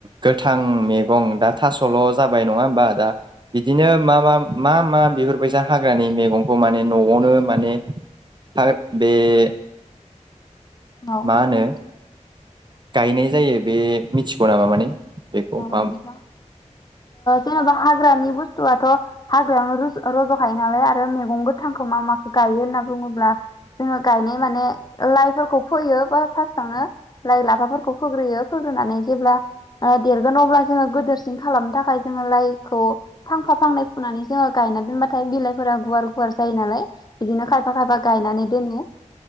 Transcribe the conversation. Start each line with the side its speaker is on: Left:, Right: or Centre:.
Right: गोथां मैगं दा थास'ल जाबाय नङा होमबा दा? बिदिनो मा मा? मा मा बेफोरबायसा हाग्रानि मैगंखौ माने न'आवनो माने हा बे
Left: औ
Right: माहोनो? गायनाय जायो बे मिथिगौ नामा माने? बेखौ
Left: औ
Right: मा
Left: नोंथां जेनबा हा हाग्रानि बुस्थुवाथ हाग्रायावन रज'खायो नालाय आरो मैगं गोथांखौ मा माखौ गायो होनना बुङोब्ला जोंङो गानाय माने लाइफोरखौ फोयो <unintelligible> लाइ लाफाफोरखौ फोग्रोयो फोग्रोनानै जेब्ला ओ देरगोन अब्ला जोङो गोदोरसिन खालामनो थाखाय जोङो लाइखौ फांफा फांनै फुनानै जोङो गायना दोनबाथाय बिलाइफोरा गुवार गुवार जायो नालाय बिदिनो खायफा खायफा गायनानै दोनो।